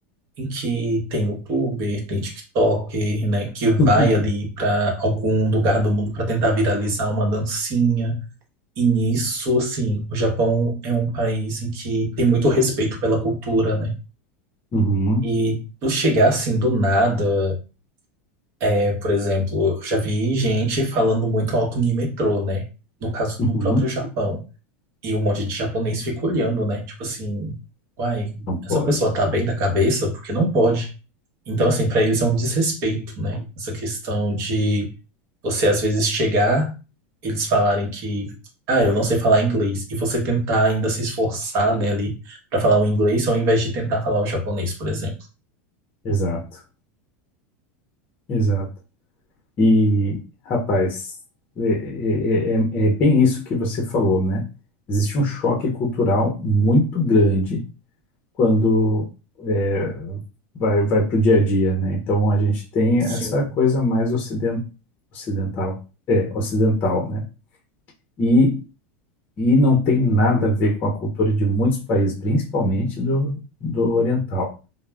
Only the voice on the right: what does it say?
em que tem youtuber, tem TikToker, né, que vai
ali para algum lugar do mundo para tentar viralizar uma dancinha. E nisso, assim, o Japão é um país em que tem muito respeito pela cultura, né?
E tu chegar assim do nada, é, por exemplo, eu já vi gente falando muito alto no metrô, né? No caso,
no próprio Japão. E um monte de japonês fica olhando, né? Tipo assim, uai,
essa pessoa tá bem da cabeça porque não pode. Então, assim, pra eles é um desrespeito, né? Essa questão de você às vezes chegar, eles falarem que, ah, eu não sei falar inglês, e você tentar ainda se esforçar, né, ali pra falar o inglês ao invés de tentar falar o japonês, por exemplo.
Sim.